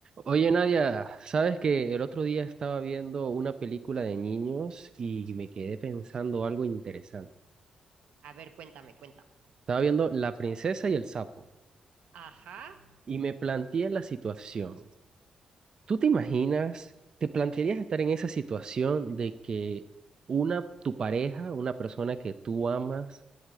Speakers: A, on the right; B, on the right.
A: Oye, Nadia, sabes que el otro día estaba viendo una película de niños y me quedé pensando algo interesante.
B: A ver, cuéntame, cuéntame.
A: Estaba viendo La princesa y el sapo
B: Ajá.
A: y me planteé la situación. ¿Tú te imaginas, te plantearías estar en esa situación de que una, tu pareja, una persona que tú amas,